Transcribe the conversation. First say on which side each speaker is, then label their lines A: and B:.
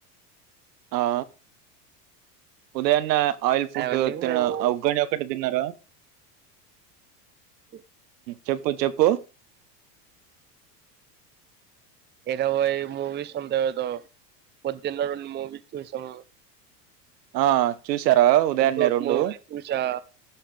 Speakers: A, on the right (about 80°); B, on the right (about 20°).
A: ఆ ఉదయాన్న ఆయిల్ ఫుడ్
B: ఏవండి
A: తినగా
B: మేము
A: ఉగ్గని ఒకటి తిన్నారా
B: ఓ
A: చెప్పు చెప్పు
B: ఏర వై మువీస్ ఉంటాయి కదా కొద్ది మువీస్ చూసాము
A: ఆ చూసార ఉదాన్నె
B: ఇప్పుడు ఒకటి
A: రెండు
B: మూవీ చూసా